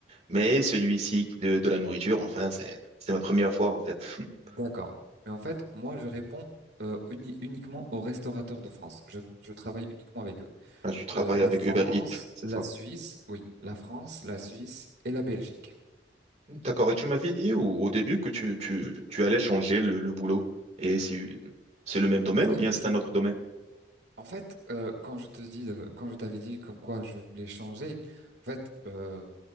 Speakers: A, on the right; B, on the right.
A: mais celui-ci de, de la nourriture, enfin, c'est c'est ma première fois, en fait. <laughs>
B: d'accord. Mais en fait, moi, je réponds euh, uni- uniquement aux restaurateurs de France. Je, je travaille uniquement avec eux.
A: Là, tu travailles
B: Euh, la
A: avec
B: France,
A: Uber Eats, c'est
B: la
A: ça.
B: Suisse, oui, la France, la Suisse et la Belgique.
A: D'accord, et tu m'avais dit au, au début que tu, tu, tu allais changer le, le boulot, et c'est c'est le même domaine
B: Oui,
A: ou bien
B: euh,
A: c'est
B: je-
A: un autre domaine?
B: en fait, euh, quand je te dis, euh, quand je t'avais dit comme quoi je voulais changer, en fait, euh,